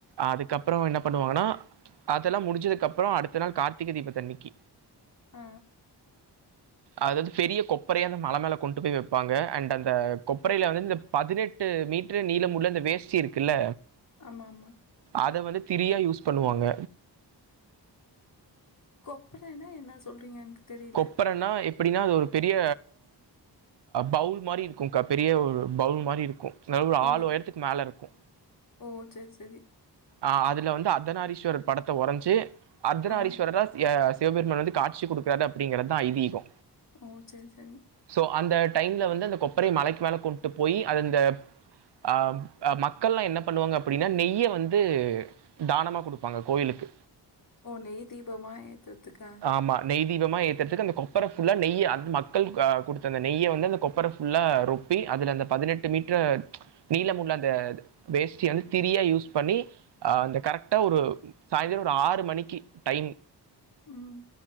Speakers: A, on the right; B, on the left.
A: அதுக்கப்பறம் என்ன பண்ணுவாங்கனா அதெல்லா முடிஞ்சதுக்கு அப்பற அடுத்த நாள் கார்த்திகை தீபத்தன்னைக்கு
B: ஆ
A: அதாவது பெரிய கொப்பரைய அந்த மல மேல கொண்டு போய் வப்பாங்க அண்ட் அந்த கொ கொப்பறைல வந்து இந்த பதினெட்டு மீட்டரு நீளம் உள்ள இந்த வேஸ்ட்டி இருக்குல்ல
B: ஆ மா மா
A: அத வந்து திரியா யூஸ் பண்ணுவாங்க
B: கொப்பறன்னா என்ன சொல்றீங்க எனக்கு தெரியல.
A: கொப்பறனா அப்டின்னா அது ஒரு பெரிய பவுல் மாரி இருக்குகா பெரிய ஒரு பவுல் மாரி இருக்கு கிளவ்டு
B: ஓ!
A: ஆள் உயரத்துக்கு மேல இருக்கு
B: ஓ சர் சரி
A: ஆ அதுல வந்து அர்த்தனாரீஸ்வரர் படத்த உரைஞ்சு அர்த்தனாரீஸ்வராஸ்
B: ஆ.
A: யஸ் சிவ பெருமான் வந்து காட்சி குடுக்கறது அப்டிங்கறதா ஐதீகோ
B: ஓ சர் சரி
A: சோ அந்த டைம்ல வந்து அந்த கொப்பரைய மலைக்கு மேல கொண்ட்டு போயி அதுந்த ஆம் அ மக்கள்லா என்ன பண்ணுவாங்க அப்டின்னா நெய்ய வந்து தானமா குடுப்பாங்க கோயிலுக்கு
B: ஓ நெய் தீபமா எத்துறத்துக்கா
A: ஆமா நெய்தீபமா ஏத் எத்துக்க அந்த கொப்பர ஃபுல்லா நெய் அது மக்கள் குடுத்த அந்த நெய்ய வந்து அந்த கொப்பர ஃபுல்லா ரொப் சுத்தி அதுல அந்த பதினெட்டு மீட்டர் நீளம் உள்ள அந்த வேஸ்டிய வந்து திரியா யூஸ் பண்ணி அ அந்த கரெக்டா ஒரு சாய்ந்திரோ ஒரு ஆறு மணிக்கு டைம்
B: ம்.